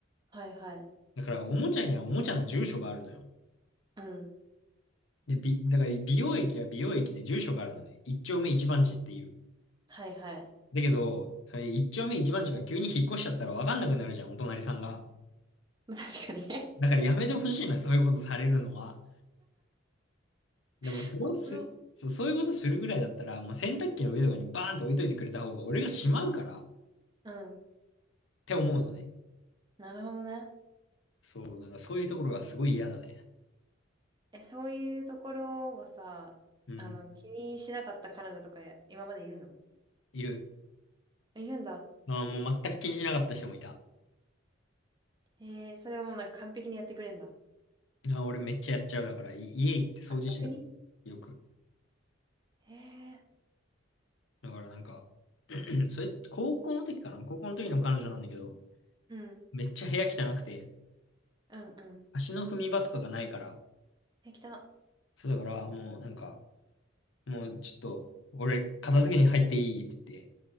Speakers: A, on the right; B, on the left.
A: はいはい。
B: だから、おもちゃにはおもちゃの住所があるのよ。
A: うん。
B: で、び、だから、美容液は美容液で住所があるのね。一丁目一番地っていう。
A: はいはい。
B: だけど、それ一丁目一番地が急に引っ越しちゃったらわかんなくなるじゃん、お隣さんが。
A: まあ確かにね。
B: だからやめてほしいのよ、そういうことされるのは。でも、
A: <laughs>
B: それをす、
A: おもろ。
B: そう、そういうことするぐらいだったら、もう洗濯機の上とかにバーンと置いといてくれた方が俺がしまうからっ
A: うん。
B: て思うのね。
A: なるほどね。
B: そう、なんかそういうところがすごい嫌だね。
A: え、そういうところはさ、
B: うん、
A: あの、気にしなかった彼女とかや今までいるの
B: いる。
A: いるんだ。
B: ああもう全く気にしなかった人もいた。あ
A: へえ、それはもうなんか完璧にやってくれんだ。
B: あ俺めっちゃやっちゃうだから、い家行って掃除してたもん。
A: あ逆に
B: よく。
A: へえ、
B: だからなんか、<clears throat> それ、高校の時かな高校の時の彼女なんだけど、
A: うん。
B: めっちゃ部屋汚くて、
A: うんうん。
B: 足の踏み場とかがないから、
A: え、汚な。
B: そうだからもうなんか、もうちょっと、俺片付けに入っていいって言って、